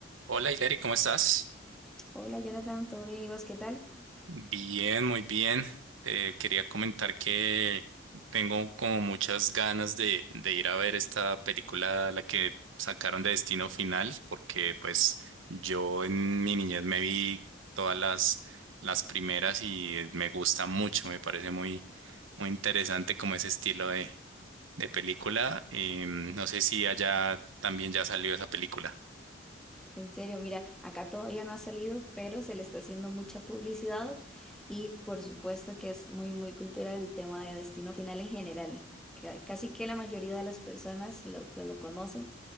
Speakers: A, on the right; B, in the centre.
A: Hola, Hilary, ¿cómo estás?
B: Hola Jonathan, ¿todo bien? ¿Y vos qué tal?
A: Bien, muy bien. Te quería comentar que tengo como muchas ganas de, de ir a ver esta película, la que sacaron de Destino Final, porque pues yo en mi niñez me vi todas las, las primeras y me gusta mucho, me parece muy, muy interesante como ese estilo de, de película. Em, no sé si allá también ya salió esa película.
B: En serio, mira, acá todavía no ha salido, pero se le está haciendo mucha publicidad y por supuesto que es muy, muy cultural el tema de Destino Final en general. Ca- Casi que la mayoría de las personas lo, pues lo conoce